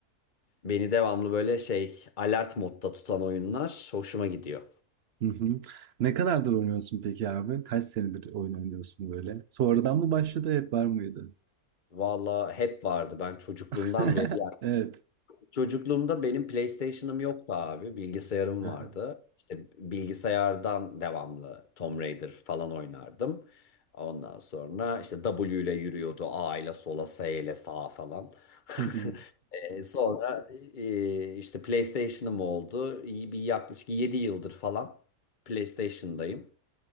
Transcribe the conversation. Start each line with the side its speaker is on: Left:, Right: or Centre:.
Left: Beni devamlı böyle şey alert modda tutan oyunlar hoşuma gidiyor.
Right: Hı hı. Ne kadardır oynuyorsun peki abi? Kaç senedir oyun oynuyorsun böyle? Sonradan mı başladı, hep var mıydı?
Left: Valla hep vardı ben çocukluğumdan
Right: <laughs>
Left: beri. Yani
Right: Evet.
Left: çocukluğumda benim PlayStation'ım yoktu abi. Bilgisayarım
Right: Hı
Left: vardı.
Right: hı.
Left: İşte bilgisayardan devamlı Tomb Raider falan oynardım. Ondan sonra işte W ile yürüyordu. A ile sola, S ile sağa falan. <laughs>
Right: Hı hı.
Left: E, Sonra e, işte PlayStation'ım oldu. İyi Bir yaklaşık 7 yıldır falan PlayStation'dayım.